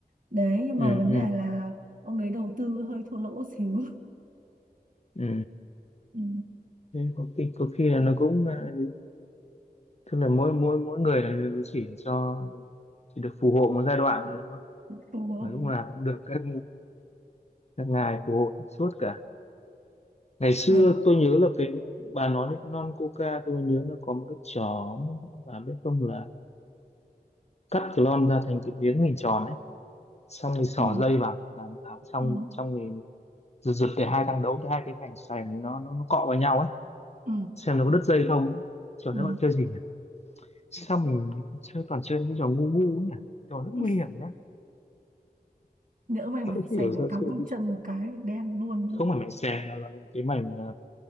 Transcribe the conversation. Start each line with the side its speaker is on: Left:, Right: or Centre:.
Right: đấy nhưng
Left: ừ,
Right: mà vấn
Left: ừ,
Right: đề là ông đấy đầu tư hơi thua lỗ xíu
Left: ừ.
Right: <laughs> ừ.
Left: Thế có khi, có khi là nó cũng ờ, tức là mỗi mỗi mỗi người là chỉ cho chỉ được phù hộ một giai đoạn thôi đúng không?
Right: thua
Left: Và lúc nào cũng được các các ngài phù hộ suốt cả ngày xưa
Right: mà
Left: tôi nhớ là cái bà nói đến cái lon coca tôi nhớ nó có một cái chó bà biết không là cắt cái lon ra thành cái miếng hình tròn ấy xong thì xỏ
Right: ừ
Left: dây vào làm làm xong
Right: ừ
Left: xong thì giật giật để hai thằng đấu hai cái mảnh sành ấy nó nó nó cọ vào nhau ấy
Right: ừ
Left: xem nó có đứt dây không ấy. trò
Right: ừ
Left: đấy bạn chơi gì nhỉ sao mình chơi toàn chơi mấy trò ngu ngu ấy nhỉ trò rất nguy
Right: <laughs>
Left: hiểm nhá
Right: nhỡ may mày
Left: không
Right: sành
Left: hiểu
Right: nó
Left: sao
Right: cắm
Left: chơi
Right: vào
Left: cái-
Right: chân một cái đen luôn
Left: không phải mảnh sành mà là mình cái mảnh à,